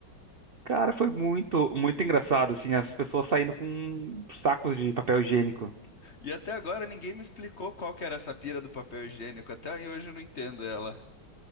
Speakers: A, on the right; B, on the left.
A: Cara, foi muito, muito engraçado, assim, as pessoas saindo com sacos de papel higiênico.
B: E até agora ninguém me explicou qual que era essa pira do papel higiênico. Até hoje eu não entendo ela.